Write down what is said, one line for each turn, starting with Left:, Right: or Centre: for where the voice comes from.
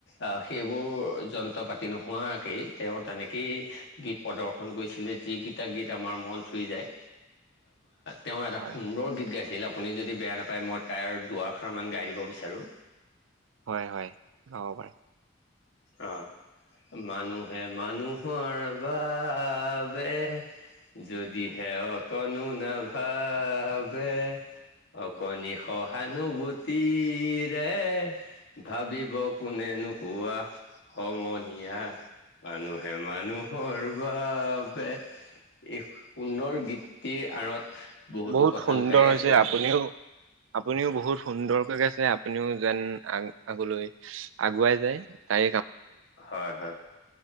Left: আহ সেইবোৰ যন্ত্ৰ পাতি নোহোৱাকেই তেওঁ তেনেকেই গীত প্ৰদৰ্শন কৰিছিলে যিকেইটা গীত আমাৰ মন চুই যায় তেওঁ এটা
Right: হয়,
Left: সুন্দৰ গীত গাইছিল আপুনি যদি বেয়া নাপায় মই তাইৰ দুষাৰ মান গাই দিব বিচাৰো
Right: হয় হয় গাব পাৰা
Left: অহ মানুহে মানুহৰ বাবে যদিহে অকণো নাভাবে অকণনি সহানুভূতি তিৰে ভাবিব কোনে নো কোৱা সমনীয়া মানুহে মানুহৰ বাবে এই সুন্দৰ গীতটিৰ আঁৰত বহুতো
Right: বহুত
Left: কথা
Right: সুন্দৰ
Left: লুকাই
Right: হৈছে
Left: আছে
Right: আপুনিও আপুনিও বহু সুন্দৰকৈ গাইছে আপুনিও যেন আগলৈ আগুৱাই যায় তাই
Left: হয় হয়